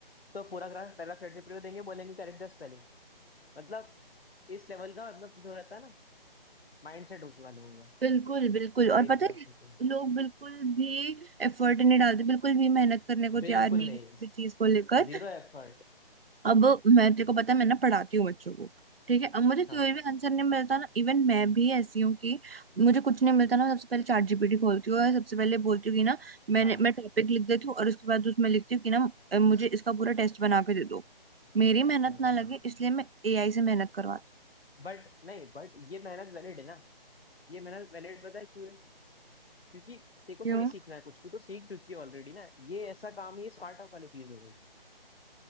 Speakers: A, on the left; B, on the right.
A: तो पूरा पैराग्राफ चैट जीपीटी को देंगे बोलेंगे करेक्ट द स्पेलिंग मतलब इस लेवल का मतलब जो रहता है ना माइंडसेट हो चुका है लोगों का
B: बिल्कुल बिल्कुल और
A: मेरे
B: पता
A: हिसाब
B: है
A: से तो
B: लोग बिल्कुल भी एफर्ट नहीं डालते बिल्कुल भी मेहनत करने को तैयार
A: बिल्कुल
B: नहीं
A: नहीं
B: है किसी भी चीज को लेकर
A: जीरो एफर्ट
B: अब मैं तेरे को पता है मैं ना पढ़ाती हूँ बच्चों को ठीक है अब मुझे कोई
A: हाँ
B: भी आंसर नहीं मिलता ना इवन मैं भी ऐसी हूँ कि मुझे कुछ नहीं मिलता ना सबसे पहले चैट जीपीटी खोलती हूँ और सबसे पहले बोलती हूँ कि ना मैंने
A: हाँ
B: मैं टॉपिक लिख देती हूँ और उसके बाद उसमें लिखती हूँ कि ना अ, मुझे इसका पूरा टेस्ट बना के दे दो मेरी मेहनत
A: बट
B: ना लगे इसलिए मैं एआई से मेहनत करवाती हूँ
A: नहीं बट ये मेहनत वैलिड है ना ये मेहनत वैलिड पता है क्यों है? क्योंकि तेरे को
B: क्यों?
A: थोड़ी सीखना है कुछ तू तो सीख चुकी है ऑलरेडी ना ये ऐसा काम है ये स्टार्ट अप वाली चीज हो गई